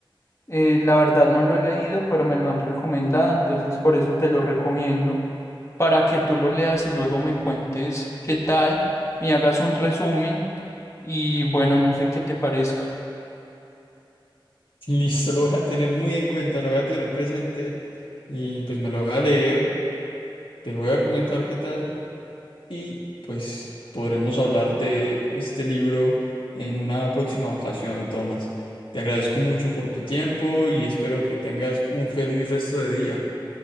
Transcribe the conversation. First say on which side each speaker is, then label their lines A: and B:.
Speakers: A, on the left (about 35°); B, on the left (about 75°).
A: Eh, la verdad no lo he leído, pero me lo han recomendado, entonces por eso te lo recomiendo, para que tú lo leas y luego me cuentes qué tal, me hagas un resumen Y bueno, no sé qué te parezca.
B: <laughs> Listo, lo voy a tener muy en cuenta, lo voy a tener presente y pues me lo voy a leer. Te voy a comentar qué tal. y pues podremos hablar de este libro en una próxima ocasión, Tomás. Te agradezco mucho por tu tiempo y espero que tengas un feliz resto de día.